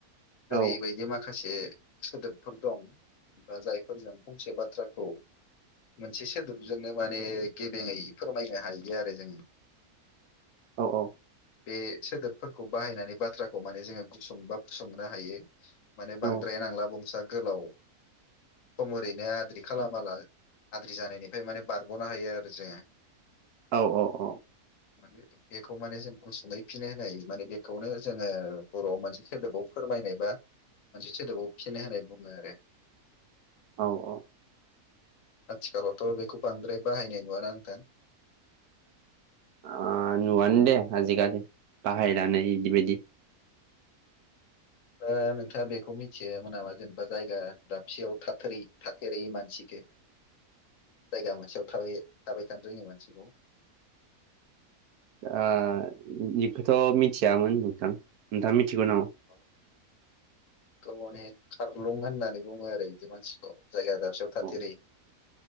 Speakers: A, on the left; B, on the right.
A: ओरैबायदि
B: औ
A: माखासे बे सोदोबफोर दं बा जायफोरजों फंसे बाथ्राखौ मोनसे सोदोबजोंनो माने, गेबेङै फोरमायनो हायो आरो जोङो।
B: औ औ।
A: बे सोदोब फोरखौ बाहायनानै बाथ्राखौ माने जोङो गुसुं बा फुसुंनो हायो। माने बांद्राय
B: औ
A: नांला बंसा गोलाव, सम ओरैनो आद्रि खालामाला आद्रि जानायनिफ्राय माने बारग'नो हायो आरो जोङो।
B: औ औ औ।
A: मानि इथिं। बेखौ, माने जों गुसुङैफिन होनो होयो। माने बेखौ नो जोङो, बर'आव मोनसे सोदोबाव फोरमायनाय बा मोनसे सोदोबाव, फिन होनाय बुङो आरो।
B: औ अव।
A: आथिखालावथ' बेखौ बांद्राय बाहायनाय नुवाना नोंथां।
B: आङ, नुवानो दे आजिखालि बाहायनानै इदि बायदि।
A: ा नोंथाङा बेखौ मिथियामोन नामा जेनेबा जायगा दाबसेयाव थाथेरै थाथेरै माने सिखार। जायगा मोनसेयाव थाबे, थाबाय थानो रोङै मानसिखौ।
B: ओ, इख'थ मिथियामोन नोंथां, नोंथाङा मिथिगोन नामा?
A: ओव थरमाने खारलुं होननानै बुङो आरो बिदि मानसिखौ। जायगा दाबसेयाव थाथेरै।
B: औ